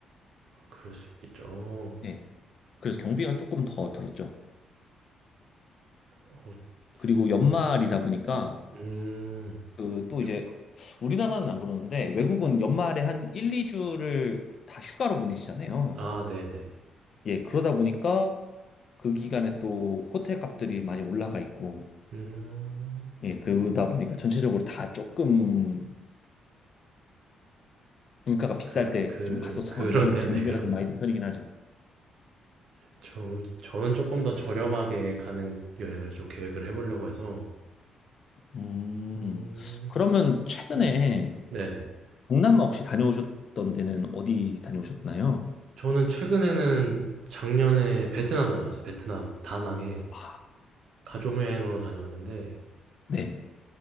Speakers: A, on the right; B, on the left.
A: 그럴 수 있겠죠. 어,
B: 예. 그래서 경비가 조금 더 들었죠.
A: 어,
B: 그리고 연말이다
A: 아무튼.
B: 보니까
A: 음,
B: 그 또
A: 쪽,
B: 이제 우리나라는 안 그러는데 외국은 연말에 한 1, 2주를 다 휴가로 보내시잖아요.
A: 아, 네네.
B: 예. 그러다 보니까 그 기간에 또 호텔 값들이 많이 올라가 있고
A: 음,
B: 예. 그러다 보니까 전체적으로 다 조금 물가가 비쌀
A: 그,
B: 때
A: 그,
B: 좀 갔었어
A: 그렇대요.
B: 가지고 경비가
A: 네, 그렇네.
B: 좀 많이 든 편이긴 하죠.
A: 저, 저는 조금 더 저렴하게 가는 여행을 좀 계획을 해보려고 해서,
B: 음,
A: 음,
B: 그러면 최근에
A: 네. 네네.
B: 동남아 혹시 다녀오셨던 데는 어디 다녀오셨나요?
A: 저는 최근에는 작년에 베트남 다녀왔어요. 베트남, 다낭에
B: 아,
A: 가족여행으로 다녀왔는데,
B: 네,